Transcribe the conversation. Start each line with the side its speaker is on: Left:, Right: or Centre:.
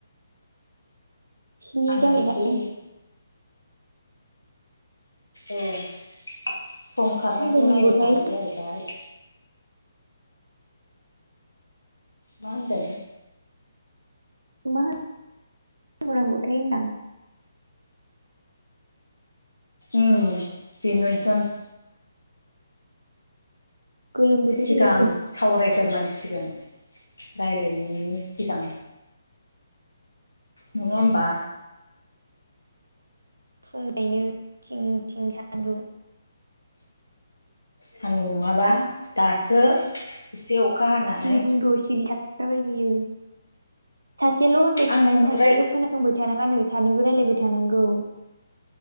Right: स्नि
Left: आंहा
Right: जाबायहाय।
Left: बै औ। सम खारनायखौ
Right: मा होनबोनांगौथाय
Left: नायबाय थानांगौ जाहैबाय। <inaudible> मा होनदों।
Right: <unintelligible> थै नां
Left: उम बेनोनथ'
Right: गोलोम बोथोर
Left: सिगां
Right: फैलाय
Left: सावरायग्रोनां सिगोन रायलायनायनि सिगां नङा होमबा
Right: फुंयैनो थिं थिं सान्दुं
Left: सान्दुं नङाबा दासो एसे अखा हानानै
Right: दे बुंद' सिरिथाथारबाय बियो सासेयाल' होनबाय थानानै
Left: आं
Right: सासेयाल'
Left: राय
Right: खोनासंबाय थानाङानो सानैबो रायलायबाय थानांगौ।